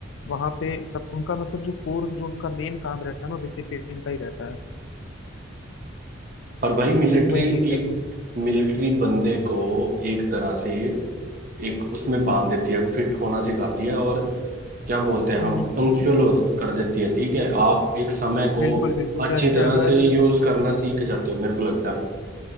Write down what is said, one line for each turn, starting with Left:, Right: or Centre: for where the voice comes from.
Left: वहां पे सब उनका मतलब जो कोर जो उनका मेन काम रहता है ना डिसिप्लिन का ही रहता है
Right: पर भाई मिलिट्री
Left: वही चीज है
Right: एक
Left: जो-
Right: मिलिट्री बंदे को एक तरह से एक उसमें बांध देती है फिट होना सिखाती है और क्या बोलते हैं हम
Left: हम्म हम्म
Right: पंक्चुअल कर देती है ठीक है आप एक समय को
Left: बिल्कुल बिल्कुल
Right: अच्छी
Left: जैसे
Right: तरह
Left: अगर
Right: से यूज करना सीख जाते हो मेरे को लगता है